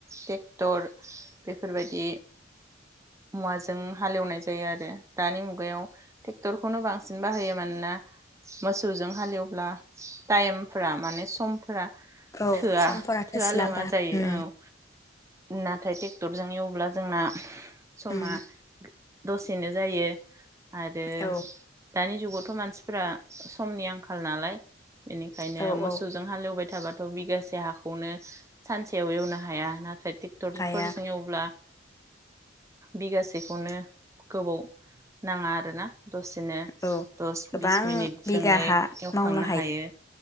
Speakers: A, on the right; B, on the left.
A: टेकटर बेफोरबायदि मुवाजों हालेवनाय जायो आरो दानि मुगायाव टेकटरखौनो बांसिन बाहायो मानोना मोसौजों हालेवब्ला टाइमफ्रा माने सम फोरा
B: औ
A: थोआ
B: समफोरा
A: थोआ
B: थोस्लाबा
A: लोमा जायो
B: उम
A: औ नाथाय टेक टरजों एवब्ला जोंना समा
B: उम
A: दसेनो जायो। आरो
B: औ
A: दानि जुगावथ' मानसिफ्रा समनि आंखाल नालाय इनिखायनो
B: औ
A: मोसौजों
B: औ
A: हालेवबाय थाबाथ' बिगासे हाखौनो सानसेयाव एवनो हाया नाथाय टेकटर
B: हाया
A: फोर एवब्ला बिगासेखौनो गोबाव नाङा आरोना दसेनो
B: औ
A: दस
B: गोबां
A: बिस मिनिटजोंनो
B: बिगा
A: एवखांनो
B: हा मावनो
A: हायो